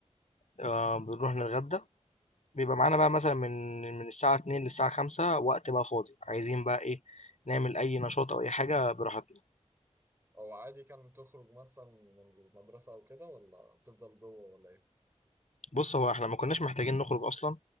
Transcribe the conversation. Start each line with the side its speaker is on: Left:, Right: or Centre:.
Left: آه بنروح نتغدى بيبقى معانا بقى مثلا من من الساعة 2 للساعة 5 وقت بقى فاضي عايزين بقى ايه نعمل أي نشاط أو أي حاجة براحتنا
Right: أو عادي كان تخرج مثلا من المدرسة أو كده ولا بتفضل جوه ولا إيه؟
Left: بص هو احنا ما كناش محتاجين نخرج أصلا